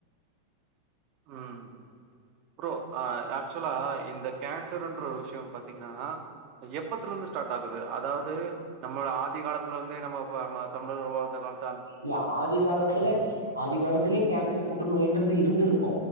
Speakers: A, on the right (about 40°); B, on the right (about 85°).
A: உம் புரோ ஆஹ் ஆக்சுலா இந்த கேன்சருன்ற விஷயோ பாத்தீங்கன்னா எப்பத்துலந்து ஸ்டார்ட் ஆகுது அதாவ்து நம்ப ஆதி காலத்துலந்தே நம்ப <unintelligible> தமிழர்கள் வாழ்ந்த கால்
B: இல்ல ஆதி காலத்துல ஆதி காலத் துலயு கேன்சர் புற்று நோய்ன்றது இருந்துருக்கூ